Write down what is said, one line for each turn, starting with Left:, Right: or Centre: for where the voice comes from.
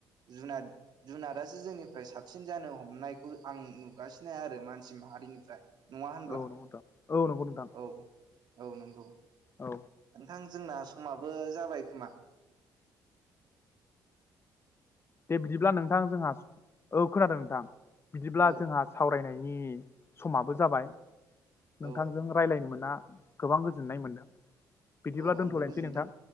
Right: जुनाद जुनादासो जोंनिफ्राय साबसिन जानो हमनायखौ आं नुगासिनो आरो मानसि माहारिनिफ्राय नङा होनब्ला
Left: औ नंगौ नोंथां औ नंगौ नोंथां
Right: औ औ नंगौ
Left: औ
Right: नोंथां जोंना समाबो जाबाय खोमा
Left: दे बिदिब्ला नोंथां जोंहा औ खोनादों नोंथां बिदिब्ला
Right: औ
Left: जोंहा सावरायनाय समाबो जाबाय नोंथांजों
Right: औ
Left: रायज्लायनो मोना गोबां गोजोननाय मोनदों बिदिब्ला
Right: औ
Left: दोनथ'लायनोसै
Right: आंबो गोजोनदों
Left: नोंथां